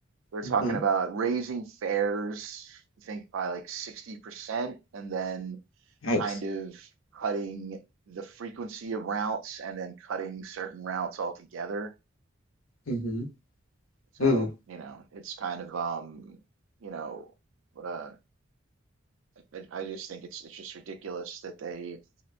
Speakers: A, on the right; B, on the left.
A: They're talking
B: Mm-hmm.
A: about raising fares, I think, by like 60%, and then
B: Yikes.
A: kind of cutting the frequency of routes and then cutting certain routes altogether.
B: Mm-hmm.
A: So,
B: Mm.
A: you know, it's kind of um, you know, uh, I, I just think it's it's just ridiculous that they,